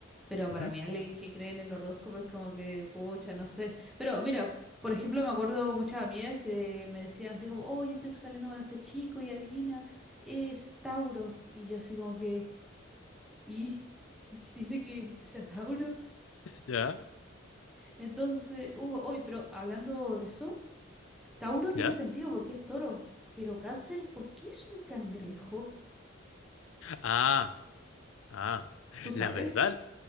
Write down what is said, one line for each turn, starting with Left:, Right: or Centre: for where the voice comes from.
Centre: pero
Left: Ujú.
Centre: para mí alguien que cree en el horóscopo es como que, pucha, no sé. Pero mira, por ejemplo, me acuerdo muchas amigas que me decían así como, oye, estoy saliendo con este chico y adivina, es Tauro. Y yo así como que, ¿y? ¿Y qué tiene que, que sea Tauro?
Left: ¿Ya?
Centre: Entonces, uh, hoy, pero hablando de eso... Tauro tiene
Left: ¿Ya?
Centre: sentido porque es toro, pero cáncer, ¿por qué es un cangrejo?
Left: Ah, ah.
Centre: ¿Tú sabes?
Left: La verdad,